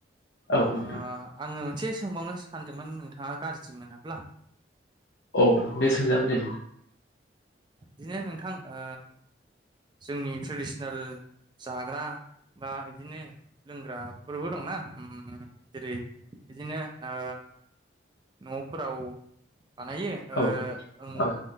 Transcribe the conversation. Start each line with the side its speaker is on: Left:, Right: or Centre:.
Left: औ नोंथां
Right: आङो मोनसे सोंबावनो सानदोंमोन नोंथाङा गाज्रि मोनाब्ला।
Left: औ दे सोंजागोन दे
Right: बिदिनो नोंथां ओ जोंनि टु्सुनेल जाग्रा बा बिदिनो लोंग्राफोरबो दंना ओ जेरै बिदिनो ओ न फोराव बानायो ओ
Left: औ
Right: आ
Left: औ